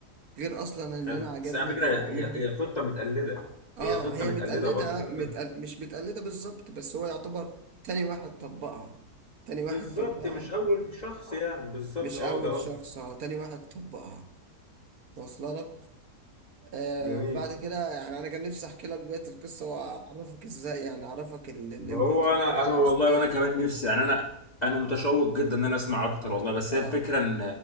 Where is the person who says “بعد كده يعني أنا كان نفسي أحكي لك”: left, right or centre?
Right